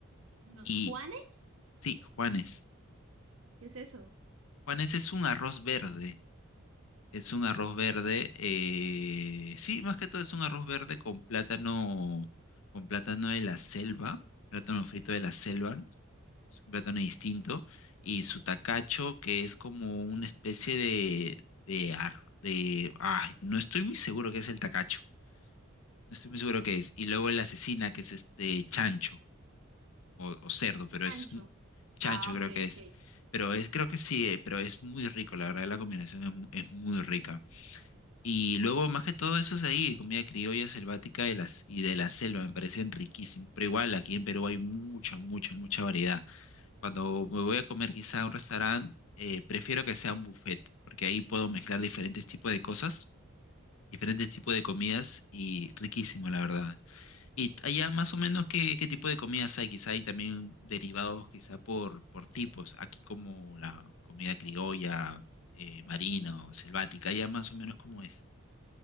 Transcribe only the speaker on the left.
Y
sí, juanes.
Juan, ese es un arroz verde. Es un arroz verde. eh, sí, más que todo es un arroz verde con plátano, con plátano de la selva, plátano frito de la selva, es un plátano distinto. Y su tacacho, que es como una especie de, de, ar- de, ay, no estoy muy seguro qué es el tacacho. No estoy muy seguro qué es. Y luego el asesina, que es este chancho o, o cerdo, pero
es Chancho
creo que
es. Pero es, creo que sí, eh, pero es muy rico, la verdad, la combinación es, mu- es muy rica. Y luego, más que todo eso es ahí, comida criolla selvática de las, y de la selva, me parecen riquísimos. Pero igual, aquí en Perú hay mucha, mucha, mucha variedad. Cuando me voy a comer quizá a un restaurante, eh, prefiero que sea un buffet, porque ahí puedo mezclar diferentes tipos de cosas, diferentes tipos de comidas y riquísimo, la verdad. Y allá más o menos qué, qué tipo de comidas hay, quizá hay también derivados quizá por, por tipos, aquí como la comida criolla, eh, marina o selvática, allá más o menos como es.